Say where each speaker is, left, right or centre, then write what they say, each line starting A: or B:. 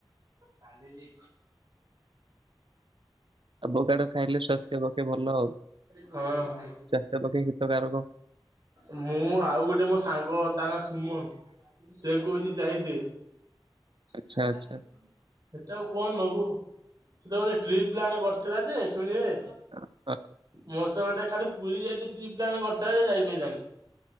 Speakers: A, on the right; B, on the right.
A: କାନ୍ଧିକି
B: ଆବକାଡୋ ଖାଇଲେ ସ୍ଵାସ୍ଥ୍ୟ ପକ୍ଷେ ଭଲ ଆଉ।
A: ହଁ।
B: ସ୍ଵାସ୍ଥ୍ୟ ପକ୍ଷେ ହିତକାରକ।
A: ମୁଁ ଆଉ ଗୋଟେ ମୋ ସାଙ୍ଗ ତା ନାଁ ସୁମନ ସେ କହୁଚି ଯାଇତେ।
B: ଆଚ୍ଛା
A: ଯାଉନୁ
B: ଆଚ୍ଛା
A: ଗାଧେଇବୁ। ସେଟା ଆଉ କଣ ନବୁ ସେଟା ଗୋଟେ ଟ୍ରିପ ପ୍ଲାନ୍ କରିଥିଲା ଯେ ଶୁଣିବେ
B: <unintelligible>
A: ମୋ ସହିତ ଗୋଟେ ଖାଲି ପୁରୀ ଯାଇ ଟ୍ରିପ୍ ପ୍ଲାନ କରିଥାନ୍ତେ, ଯାଇପାରିଲାନି।